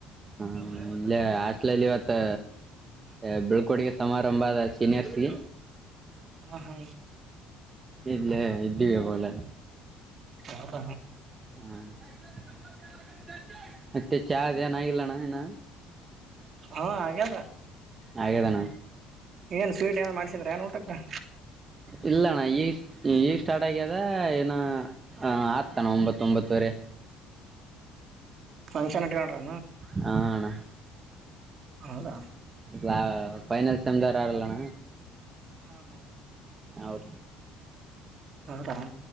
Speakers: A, on the right; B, on the right.
A: ಹ ಇಲ್ಲೇ ಹಾಷ್ಲಲ್ಲಿ ಇವತ್ತು ಏ ಏ ಬೀಳ್ಕೊಡುಗೆ ಸಮಾರಂಭದ ಸೀನಿಯರ್ಸ್ಗೆ
B: ಹ ಹಾ
A: ಇಲ್ಲೆ ಇದ್ದಿಒಲೆ.
B: ಯಾರ.
A: ಹಾ <unintelligible> ಮತ್ತೆ ಚಾರ ಏನ ಆಗಿಲ್ಲಣ್ಣ ಇನ.
B: ಹಾ ಆಗ್ಯದ.
A: ಹಾಗೆದೆನ.
B: ಏನ್ ಸ್ವೀಟ್ ಏನರ ಮಾಡ್ಸಿದ್ರ ಏನ್ ಊಟಕ್ಕ.
A: ಇಲ್ಲ ಅಣ್ಣ ಈಗ ಈಗ ಸ್ಟಾರ್ಟ್ ಆಗ್ಯದ ಏನ ಆತಾನ ಒಂಬತ್ತ ಒಂಬತ್ತುವರೆ.
B: ಫಂಕ್ಷನ್ ಇಟ್ಕೊಂಡ್ರ.
A: ಹ ಅಣ.
B: ಹೌದ.
A: ಲಾ ಫೈನಲ್ ಸೆಮದಾರ್ ಯಾರಿಲ್ಲಣ್ಣ.
B: ಹಾ ಹಾ
A: ಅವ್ದು
B: ಹೌದ.